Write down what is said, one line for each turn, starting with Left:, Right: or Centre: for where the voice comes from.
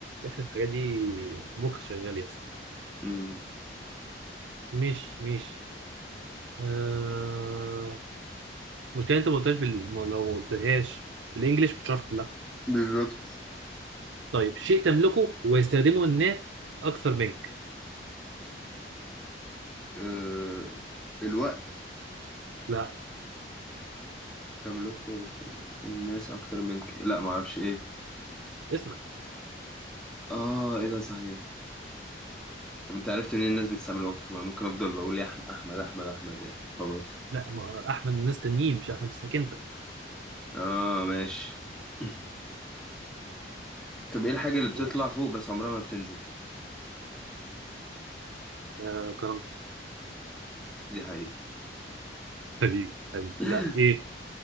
Right: احنا في الحاجات دي مخ شغال يا اسطى
Centre: مم.
Right: مش مش آه... المشكلة انت ما قلتهاش بال... ما- لو ما قلتهاش بالانجلش مش هتعرف تحلها
Centre: بالظبط
Right: طيب شيء تملكه ويستخدمه الناس اكثر منك
Centre: آه، الوقت
Right: لا
Centre: تملكه ويستملكه الناس أكتر منك لا معرفش إيه
Right: اسمك
Centre: آه إيه ده صحيح طب أنت عرفت منين الناس بتستعمل وقته ما ممكن أفضل بقول يا أحمد أحمد أحمد أحمد يعني خلاص
Right: لا ما احمد من ناس تانيين مش احمد اسمك انت
Centre: آه ماشي <laughs> طب إيه الحاجة اللي بتطلع
Right: ماشي
Centre: فوق بس عمرها ما بتنزل
Right: آه كرامتي
Centre: دي حقيقة
Right: حبيبي حبيبي
Centre: <laughs>
Right: لا ايه